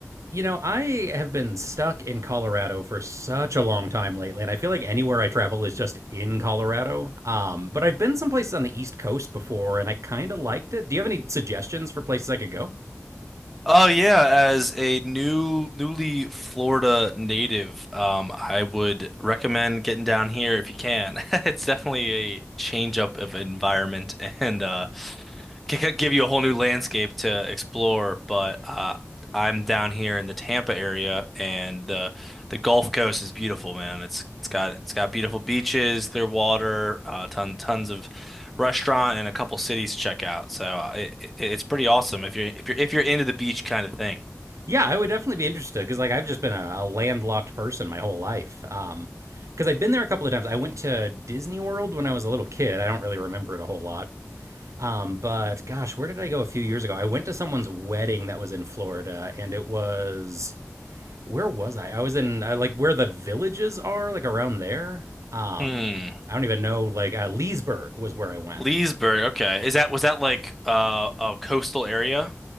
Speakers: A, on the right; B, in the centre.
A: You know, I have been stuck in Colorado for such a long time lately, and I feel like anywhere I travel is just in Colorado. Um, but I've been some places on the East Coast before, and I kind of liked it. Do you have any suggestions for places I could go?
B: Oh yeah, as a new newly Florida native, um, I would recommend getting down here if you can. <laughs> It's definitely a change up of environment and uh, could give you a whole new landscape to explore, but uh, I'm down here in the Tampa area, and the the Gulf Coast is beautiful, man. It's it's got it's got beautiful beaches, clear water, uh, ton tons of restaurant, and a couple cities to check out. So uh, it, it, it's pretty awesome if you're if you're if you're into the beach kind of thing.
A: Yeah, I would definitely be interested because, like, I've just been a, a landlocked person my whole life. Um, because I've been there a couple of times. I went to Disney World when I was a little kid. I don't really remember it a whole lot. Um, but gosh, where did I go a few years ago? I went to someone's wedding that was in Florida, and it was where was I? I was in uh, like where the villages are, like around there. Um,
B: Hmm.
A: I don't even know. Like uh, Leesburg was where I went.
B: Leesburg. Okay. Is that was that like uh, a coastal area?